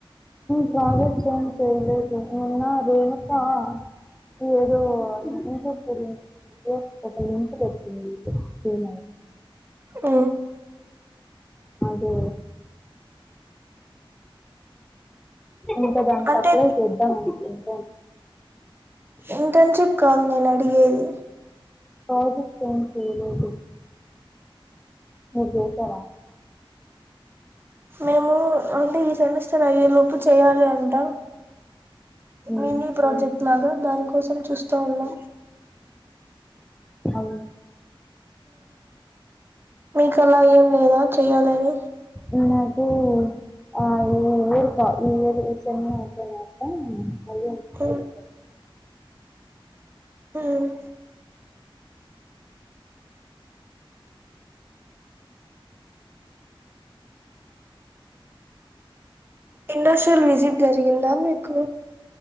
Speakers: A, in the centre; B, on the right.
A: ప్రాజెక్ట్ సెండ్ చేయలేదు నిన్న రేణుకా ఈ ఏదో మెసేజ్ పెట్టింది ఒక లింక్ పెట్టింది మర్చిపోయిన
B: అ
A: అదే ఇంక దానికి
B: అంటే
A: అప్లై చేద్దం అనుకున్
B: ఇంటర్న్షిప్ కాదు నేను అడిగేది
A: ప్రాజెక్టు ఏం చేయలేదు మీరు చేశారా
B: మేము అంటే ఈ సెమిస్టర్ అయ్యే లోపు చెయ్యాలి అంటా
A: మ్మ్,
B: మినీ ప్రాజెక్ట్ లాగా దాని కోసం చూస్తూ ఉన్నా
A: అవును
B: మీకు అలా ఏం లేదా చెయ్యాలని
A: ఇ నాకి ఆ ఈ ఏరుపా ఈ ఏది ఈ సెమ్ అయిపోయినాక మళ్ళీ ఇంటర్న్షిప్
B: ఉమ్ ఉమ్ ఇండస్ట్రియల్ విజిట్ జరిగిందా మీకు